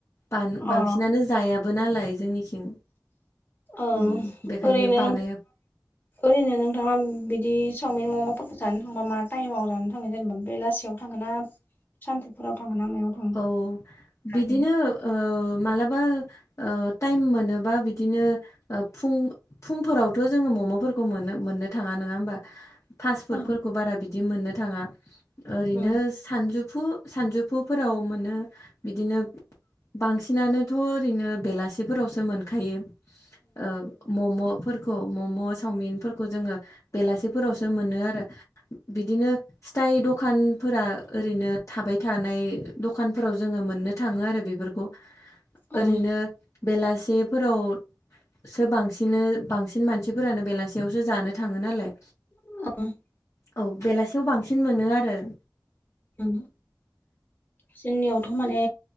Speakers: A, on the left (about 40°); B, on the left (about 25°).
A: बान
B: अ
A: बांसिनानो जायाबो नालाय जोंनिखिं।
B: ओ
A: उम बेखायनो
B: ओरैनो
A: बानाया
B: ओरैनो नोंथाङा बिदि चावमिन मम'फोरखो जानो थांबा मा टाइमाव जानो थांनाय जेनेबा बेलासेयाव थाङोना सानफुफोराव थाङोना मायाव थाङो?
A: औ
B: जाहैयो
A: बिदिनो ओ मालाबा ओ टाइम मोनोबा बिदिनो ओ फुं फुंफोरावथ' जोङो मम'फोरखौ मोनो मोननो थाङा नोङा ओमबा फास्ट फुडफोरखौ
B: ओं
A: बारा बिदि मोननो थाङा। ओरैनो
B: ओं
A: सानजुफु सानजुफुफोराव मोनो बिदिनो बांसिनानोथ' ओरैनो बेलासेफोरावसो मोनखायो। ओ मम'फोरखौ मम'स सावमिनफोरखौ जोङो बेलासेफोरावसो मोनो आरो बिदिनो स्थाइ दखानफोरा ओरैनो थाबाय थानाय ओ दखानफोराव जोङो मोननो थाङो आरो बेफोरखौ
B: ओं
A: ओरैनो बेलासेफोराव सो बांसिनो बांसिन मानसिफोरानो बेलासेयावसो जानो थाङो नालाय
B: <unintelligible>
A: औ बेलासेयाव बांसिन मोनो आरो।
B: उम जोंनियाव थ' माने